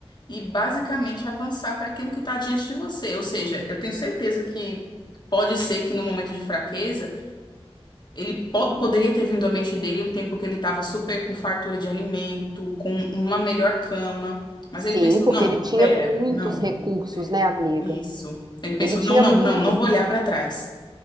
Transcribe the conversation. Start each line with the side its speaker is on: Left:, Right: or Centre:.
Left: e basicamente avançar para aquilo que está diante de você. Ou seja, eu tenho certeza que pode ser que no momento de fraqueza, ele po- poderia ter vindo à mente dele um tempo que ele estava super com fartura de alimento, com uma melhor cama, mas
Right: Sim,
Left: ele pensou:
Right: porque
Left: não,
Right: ele tinha
Left: pera,
Right: muitos
Left: não,
Right: recursos,
Left: é
Right: né, amiga?
Left: isso. Ele pensou:
Right: Ele tinha
Left: não, não,
Right: muitos,
Left: não, não vou olhar para trás,